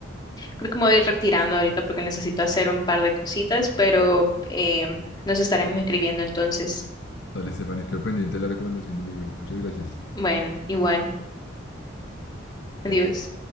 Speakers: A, on the left; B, on the left.
A: Creo que me voy a ir retirando ahorita porque necesito hacer un par de cositas, pero eh, nos estaremos escribiendo entonces.
B: Dale, Estefania, quedo pendiente de la recomendación del libro. Muchas gracias.
A: Bueno, igual.
B: Chao.
A: Adiós.